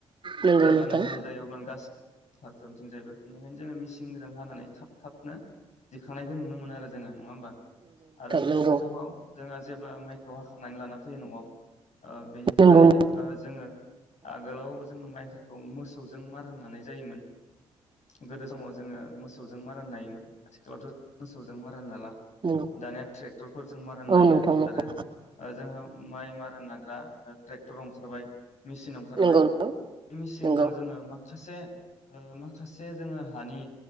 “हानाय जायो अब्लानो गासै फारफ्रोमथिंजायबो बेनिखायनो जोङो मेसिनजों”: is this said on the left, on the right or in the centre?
Left